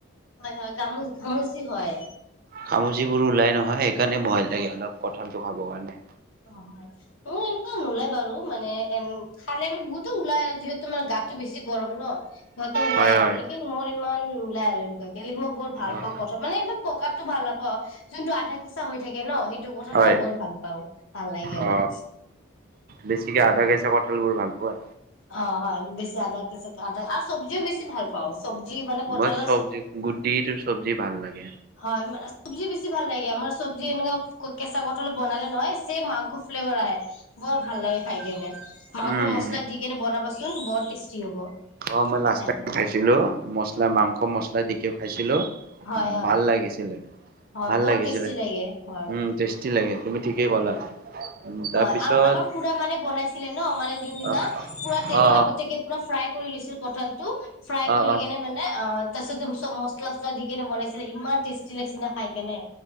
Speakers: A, on the left (about 85°); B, on the right (about 45°).
A: হয় হয় গামচ গামোচি হয়।
B: খামুচিবোৰ ওলাই নহয় সেইকাৰণে ভয় লাগে অলপ কঁঠালটো খাবৰ কাৰণে।
A: অ হয় মোৰ এনেকুৱা নোলাই বাৰু মানে এ খালে মানে বহুতো ওলাই যিহেতু মানে গাতটো বেছি। গৰম ন সিহঁতে ওলাই
B: হয়
A: আৰু
B: হয়
A: লেকিন মই। কিমান মলাই আৰু। লিখি মই বৰ ভাল
B: অ'
A: পাওঁ কথা মানে ইমান প্ৰকাৰতটো ভাল নাপাওঁ যোনটো আধা কেঁচা হৈ থাকে ন সেইটো কথা
B: হয়
A: খাই বৰ ভাল পাওঁ। ভালাগি আৰু।
B: অ বেছিকে আধা কেঁচা কঁঠাল বোৰ ভাল পোৱা।
A: অ হয় বেছি আদা কেচা আদা আৰু চব্জিও বেছি ভাল পাওঁ। চব্জি মানে কঠালৰ
B: মই চব্জি গুটি চব্জি ভাল লাগে।
A: হয় মানে চবজি বেছি ভাল লাগে আমাৰ চব্জি এনেকুৱা কেঁচা কঠল বনালে নহয় চ মাংস ফ্লেভাৰ আহে বৰ ভাল লাগে খাই কিনে। মাংসৰ
B: উম
A: মছলা দি কেনে বনাবাচোন বৰ ট। হ'ব।
B: অ মই লাষ্ট
A: খাই কেনে
B: খাইছিলো মছলা মাংস মছলা দি। কিয় খাইছিলোঁ।
A: হয় হয়
B: ভাল লাগিছিলে
A: হয়
B: ভাল
A: বৰ
B: লাগিছিলে
A: টেষ্টি লাগে হয়
B: উম টেষ্টি লাগে তুমি ঠিক। কি কলা। তাৰপিছত
A: হয় আ আমাৰ খুৰা মানে বনাইছিলে ন মানে যোনদিনা
B: অ
A: পুৰা তেলৰ
B: অ
A: আগতেকে পুৰা ফ্ৰাই কৰি লৈছো। পঠলটো। ফ্ৰাই
B: অ
A: কৰি
B: অ
A: কিনে মানে অ। তাৰপিছত তম চব মছলা চচলা দি কেনে বনাইছিলে ইমান টেষ্টি লাগিে খাই কেনে।